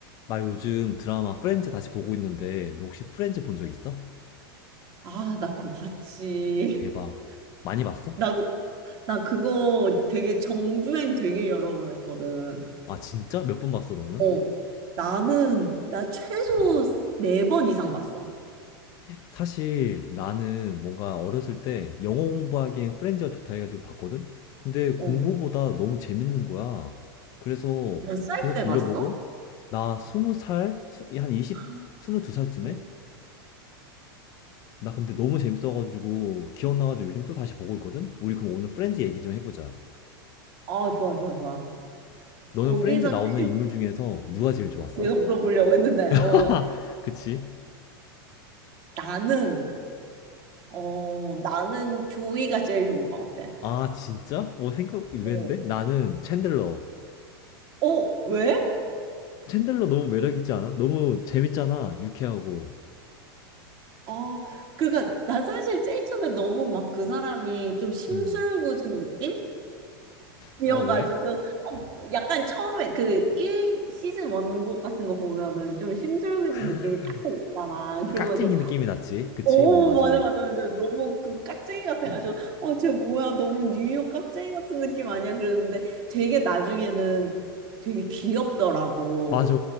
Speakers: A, on the left; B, on the right.
A: 나 요즘 드라마 프렌즈 다시 보고 있는데 너 혹시 프렌즈 본 적 있어?
B: 아, 나 그거 봤지.
A: 대박.
B: <laughs>
A: 많이 봤어?
B: 나, 그- 나 그거 되게 정주행 되게 여러 번 했거든.
A: 아 진짜? 몇 번 봤어 너는?
B: 어. 나는, 나 최소 네 번 이상 봤어.
A: 사실 나는 뭔가 어렸을 때 영어 공부하기엔 프렌즈가 좋다 해가지고 봤거든? 근데 공부보다
B: 어.
A: 너무 재밌는 거야. 그래서
B: 몇 살
A: 계속
B: 때
A: 돌려보고
B: 봤어?
A: 나 스무 살, 수- 한 20,
B: 아,
A: 22살쯤에?
B: 응.
A: 나 근데 너무 재밌어가지고 기억나가지고 요즘 또 다시 보고 있거든? 우리 그럼 오늘 프렌즈 얘기 좀 해보자.
B: 아, 좋아, 좋아, 좋아.
A: 너는
B: 거기서
A: 프렌즈 나오는
B: 제일
A: 인물 중에서 누가 제일 좋았어?
B: 내가 물어보려고 했는데, 어,
A: <laughs> 그치?
B: 나는, 어, 나는 조이가 제일 좋은 것 같아.
A: 아, 진짜? 어, 생각, 의외인데?
B: 어,
A: 나는 챈들러.
B: 어, 왜?
A: 챈들러 너무 매력있지 않아? 너무 재밌잖아. 유쾌하고.
B: 아, 그러니까 나 사실 제일 처음에 너무 막 그 사람이 좀 심술궂은
A: 음.
B: 느낌?
A: 어,
B: 이어가지고
A: 왜?
B: 어, 약간 처음에 그 1 시즌 원복 같은 거 보면은 좀 심술궂은
A: 아,
B: 느낌이 약간 있잖아. 그래가지고
A: 깍쟁이 느낌이 났지. 그치?
B: 오
A: 어, 맞아.
B: 맞아 맞아 맞아 너무 그 깍쟁이 같아가지고 어쟤 뭐야 너무 뉴욕 깍쟁이 같은 느낌 아니야 그랬는데 되게 나중에는 되게 귀엽더라고.
A: 맞아.